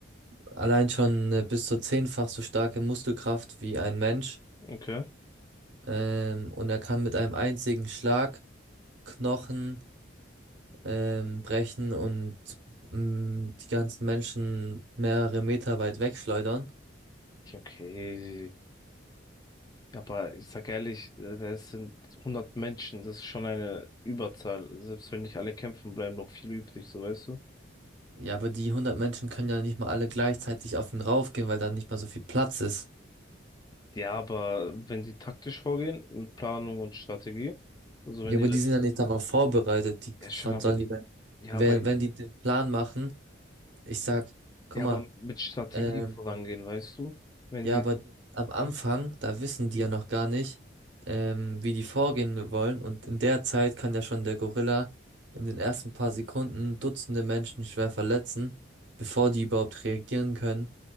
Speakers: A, on the right (about 70°); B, on the left (about 20°).
A: allein schon eine bis zu zehnfach so starke Muskelkraft wie ein Mensch.
B: okay.
A: Ähm, und er kann mit einem einzigen Schlag Knochen ähm, brechen und mh, die ganzen Menschen mehrere Meter weit wegschleudern.
B: Ja, Okay. Aber ich sag ehrlich, äh, das sind 100 Menschen. Das ist schon eine Überzahl. Selbst wenn nicht alle kämpfen, bleiben noch viele übrig, so weißt du?
A: Ja, aber die hundert Menschen können ja nicht mal alle gleichzeitig auf ihn raufgehen, weil da nicht mal so viel Platz ist.
B: Ja, aber wenn die taktisch vorgehen, mit Planung und Strategie, also wenn
A: Ja,
B: die
A: aber die
B: jetzt,
A: sind ja nicht darauf vorbereitet. Die,
B: ja schon,
A: wann
B: aber
A: sollen
B: die,
A: die denn,
B: ja,
A: wenn,
B: aber,
A: wenn die den Plan machen, ich sag, guck
B: ja,
A: mal,
B: aber mit Strategie
A: ähm,
B: vorangehen, weißt du? Wenn
A: ja,
B: die,
A: aber am Anfang,
B: ja,
A: da wissen die ja noch gar nicht, ähm, wie die vorgehen wollen. Und in der Zeit kann ja schon der Gorilla in den ersten paar Sekunden Dutzende Menschen schwer verletzen, bevor die überhaupt reagieren können.